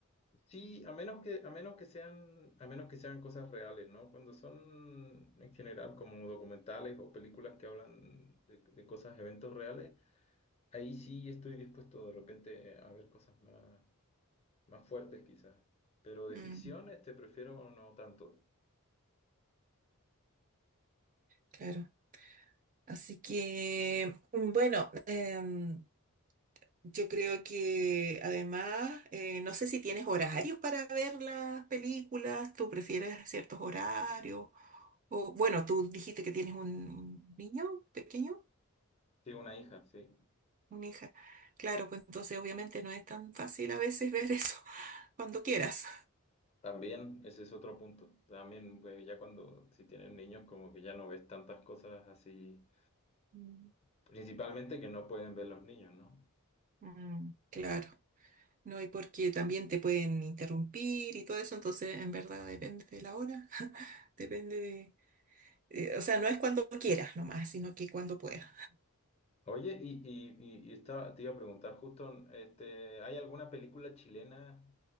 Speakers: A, on the left; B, on the right.
A: Sí, a menos que, a menos que sean, a menos que sean cosas reales, ¿no? Cuando son en general como documentales o películas que hablan de, de cosas, eventos reales, ahí sí estoy dispuesto de repente a ver cosas más, más fuertes quizás. Pero de
B: Mm,
A: ficción, este prefiero no tanto.
B: claro. Así que, mm, bueno, em, yo creo que además, eh, no sé si tienes horarios para ver las películas, tú prefieres ciertos horarios, o bueno, tú dijiste que tienes un niño pequeño,
A: Sí, una hija, sí.
B: una hija. Claro, pues entonces obviamente no es tan fácil a veces ver eso <laughs> cuando quieras.
A: También, ese es otro punto. También, pues, ya cuando, si tienen niños, como que ya no ves tantas cosas así,
B: Mm.
A: principalmente que no pueden ver los niños, ¿no?
B: Mm, claro, no, y porque también te pueden interrumpir y todo eso, entonces en verdad depende de la hora, <laughs> depende eh, o sea, no es cuando quieras nomás, sino que cuando puedas.
A: Oye, y, y, y, y estaba- te iba a preguntar justo, este, ¿hay alguna película chilena